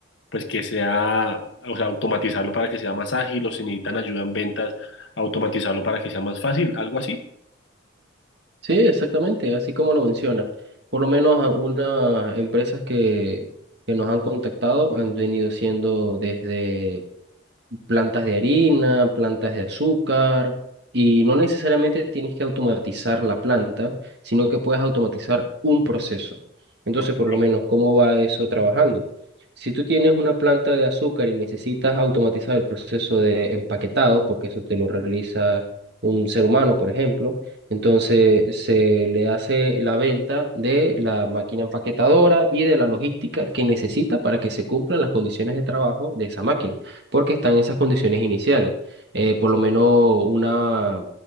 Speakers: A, on the left; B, on the right.
A: pues que sea, o sea, automatizarlo para que sea más ágil, o si necesitan ayuda en ventas, automatizarlo para que sea más fácil, algo así.
B: Sí, exactamente, así como lo menciona. Por lo menos a unas empresas que, que nos han contactado han venido siendo desde plantas de harina, plantas de azúcar, y no necesariamente tienes que automatizar la planta, sino que puedes automatizar un proceso. Entonces,
A: Ok.
B: por lo menos, ¿cómo va eso trabajando? Si tú tienes una planta de azúcar y necesitas automatizar el proceso de empaquetado, porque eso te lo realiza un ser humano, por ejemplo, entonces se le hace la venta de la máquina empaquetadora y de la logística que necesita para que se cumplan las condiciones de trabajo de esa máquina porque están en esas condiciones iniciales. Eh, por lo menos una